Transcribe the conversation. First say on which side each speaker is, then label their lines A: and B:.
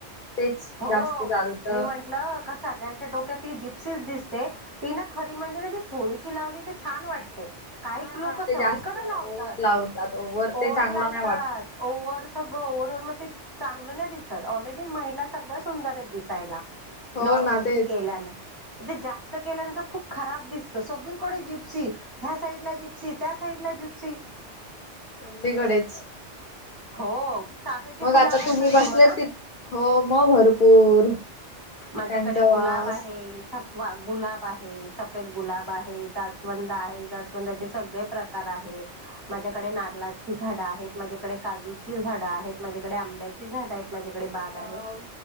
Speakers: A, on the left; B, on the right.
A: तेच
B: हो
A: जास्त चालत.
B: मी म्हंटलं कसा गयच्या डोक्यात जी दिसते ती ना खरी म्हणजे ती थोडीशी लावली तर छान वाटते. काही
A: हा
B: लोक
A: हा ते
B: सगळीकडे
A: जास्त ओव्हर
B: लावतात.
A: लावतात ओव्हर
B: ओवर्ह
A: ते चांगलं
B: लावतात
A: नाही वाटत.
B: ओवर्ह सगळं ओव्ह ओ मग ते चांगलं नाही दिसत ऑलरेडी महिला सगळ्या सुंदर आहेत दिसायला.
A: हो
B: नॉर्मली
A: ना तेच
B: केल्यान. ते जास्त केल्यानंतर खूप खराब दिसत सगळीकडे जिप्सी ह्या साईड ला जिप्सी त्या साईड. जिप्सी
A: सगळीकडेच.
B: हो. चाफ्याची
A: मग
B: फुलं
A: आता
B: आवडतात
A: तुम्ही बसलेत
B: तुम्हाला
A: ति हो मग भरपूर
B: माझ्याकडे
A: त्यांचा
B: गुलाब
A: वास
B: आहे. वा गुलाब आहे सफेद गुलाब आहे जास्वंद आहे जास्वंदाचे सगळे प्रकार आहे. माझ्याकडे नारलाची झाडं आहेत माझ्याकडे काजूची झाडं आहेत माझ्याकडे आंब्याची झाडं आहेत. माझ्याकडे बाग आहे
A: वाव